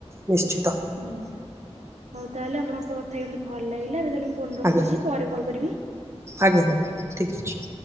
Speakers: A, on the right (about 25°); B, on the right (about 90°).
A: ନିଶ୍ଚିତ।
B: ହୁଁ। ହଉ ତାହେଲେ ଆପଣଙ୍କ ସହ କଥା ମୋତେ ଭଲ ଲାଗିଲା ଏବେ ତାହେଲେ ମୁଁ ଫୋନ ରଖୁଛି
A: ଆଜ୍ଞା
B: ପରେ କଲ୍ କରିବି।
A: ଆଜ୍ଞା ଆଜ୍ଞା ଠିକ ଅଛି।